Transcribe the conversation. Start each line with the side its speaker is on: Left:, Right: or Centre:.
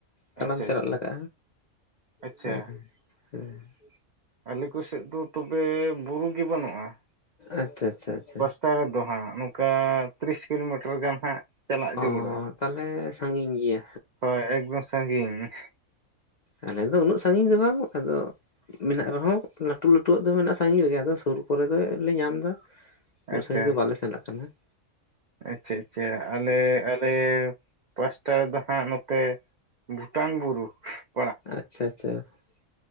Left: ᱛᱟᱲᱟᱢ
Right: ᱟᱪᱪᱷᱟ
Left: ᱪᱟᱞᱟᱜ
Right: ᱟᱪᱪᱷᱟ
Left: ᱞᱟᱜᱟᱜᱼᱟ
Right: ᱟᱪᱪᱷᱟ
Left: ᱦᱮᱸ ᱦᱮᱸ ᱾
Right: ᱟᱞᱮ ᱠᱚ ᱥᱮᱫ ᱫᱚ ᱛᱚᱵᱮ ᱵᱩᱨᱩ ᱜᱮ ᱵᱟᱹᱱᱩᱜᱼᱟ ᱾
Left: ᱟᱪᱪᱷᱟ ᱟᱪᱪᱷᱟ ᱟᱪᱪᱷᱟ ᱾
Right: ᱛᱟᱞᱮ ᱫᱚ ᱦᱟᱸᱜ ᱱᱚᱝᱠᱟ ᱛᱤᱨᱤᱥ ᱠᱤᱞᱳᱢᱤᱴᱟᱨ ᱜᱟᱱ ᱦᱟᱸᱜ ᱪᱟᱞᱟᱜ
Left: ᱚ
Right: ᱡᱩᱣᱩᱲᱟ
Left: ᱛᱟᱦᱚᱞᱮ ᱥᱟᱺᱜᱤᱧ
Right: ᱾
Left: ᱜᱮᱭᱟ
Right: ᱦᱳᱭ ᱮᱠᱫᱚᱢ ᱥᱟᱺᱜᱤᱧ ᱾
Left: ᱟᱞᱮ ᱫᱚ ᱩᱱᱟᱹᱜ ᱥᱟᱺᱜᱤᱧ ᱫᱚ ᱵᱟᱝ ᱟᱫᱚ ᱢᱮᱱᱟᱜ ᱨᱮᱦᱚᱸ ᱞᱟᱹᱴᱩ ᱞᱟᱹᱴᱩᱣᱟᱜ ᱫᱚ ᱢᱮᱱᱟᱜᱼᱟ ᱥᱟᱺᱜᱤᱧ ᱨᱮᱜᱮ ᱟᱫᱚ ᱥᱩᱨ ᱠᱚᱨᱮ ᱫᱚᱞᱮ ᱧᱟᱢ ᱮᱫᱟ ᱾ ᱩᱱᱟᱹᱜ
Right: ᱟᱪᱪᱷᱟ
Left: ᱥᱟᱺᱜᱤᱧ ᱫᱚ ᱵᱟᱞᱮ ᱪᱟᱞᱟᱜ ᱠᱟᱱᱟ ᱾
Right: ᱟᱪᱪᱷᱟ ᱟᱪᱪᱷᱟ ᱟᱞᱮ ᱟᱜᱼᱼ ᱞᱮ ᱯᱟᱥᱴᱟ ᱫᱚ ᱦᱟᱸᱜ ᱱᱚᱛᱮ ᱵᱷᱩᱴᱟᱱ ᱵᱩᱨᱩ ᱾
Left: ᱟᱪᱪᱷᱟ ᱟᱪᱪᱷᱟ ᱟᱪᱪᱷᱟ ᱾